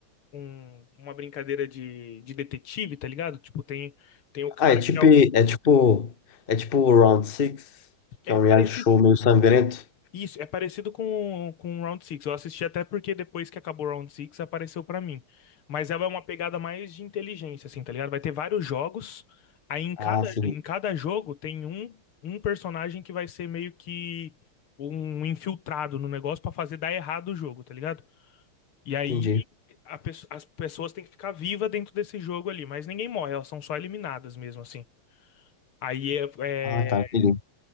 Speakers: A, on the left; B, on the left.
A: um- uma brincadeira de, de detetive, tá ligado? Tipo, tem, tem o cara
B: Ah, é tipo,
A: que é o...
B: é tipo, é tipo o Round Six que
A: É
B: é um
A: parecido
B: reality show meio sangrento.
A: Isso, é parecido com, com o Round Six. Eu assisti até porque depois que acabou o Round Six apareceu pra mim. Mas ela é uma pegada mais de inteligência, assim, tá ligado? Vai ter vários jogos, aí em cada,
B: Ah, sim,
A: em cada jogo tem um, um personagem que vai ser meio que um infiltrado no negócio pra fazer dar errado o jogo, tá ligado? E aí
B: entendi.
A: a pesso- as pessoas têm que ficar vivas dentro desse jogo ali, mas ninguém morre, elas são só eliminadas mesmo, assim. Aí é, é,
B: Ah, tá, entendi.